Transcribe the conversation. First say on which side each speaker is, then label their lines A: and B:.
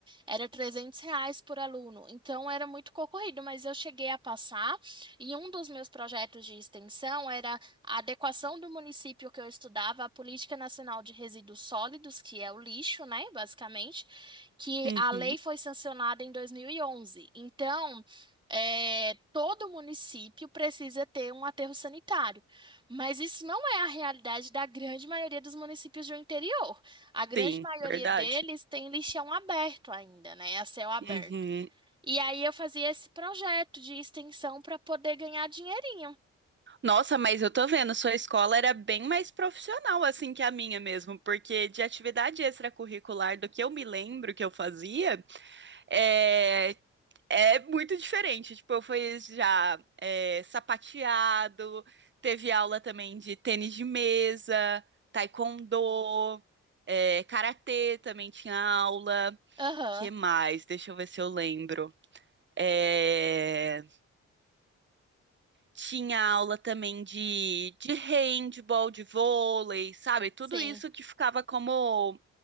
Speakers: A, on the right (about 15°); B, on the right (about 35°).
A: Era 300 reais por aluno. Então, era muito concorrido, mas eu cheguei a passar. E um dos meus projetos de extensão era a adequação do município que eu estudava à Política Nacional de Resíduos Sólidos, que é o lixo, né, basicamente, que
B: Uhum.
A: a lei foi sancionada em 2011. Então, é, todo município precisa ter um aterro sanitário, mas isso não é a realidade da grande maioria dos municípios do interior. A grande
B: Sim,
A: maioria
B: verdade.
A: deles tem lixão aberto ainda, né, a céu aberto.
B: Uhum.
A: E aí eu fazia esse projeto de extensão para poder ganhar dinheirinho.
B: Nossa, mas eu tô vendo, sua escola era bem mais profissional assim que a minha mesmo, porque de atividade extracurricular do que eu me lembro que eu fazia, eh, É muito diferente. Tipo, eu fui já é, sapateado, teve aula também de tênis de mesa, taekwondo, é, karatê também tinha aula.
A: Aham,
B: Que mais? Deixa eu ver se eu lembro. É, tinha aula também de, de handball, de vôlei, sabe? Tudo
A: sim.
B: isso que ficava como